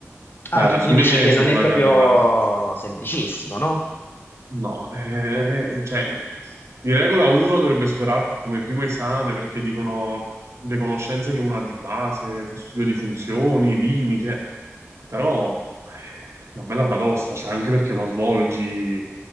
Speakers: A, on the left; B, on the right.
A: Ah,
B: Cioè, alla
A: tu, tu
B: fine
A: dici che
B: sono
A: non è
B: una
A: proprio
B: carrellata.
A: semplicissimo, no?
B: No, eh, cioè, di regola uno dovrebbe superarlo come primo esame perché dicono le conoscenze che uno ha di base, studio di funzioni, limite, però eh, una bella batosta, cioè anche perché non svolgi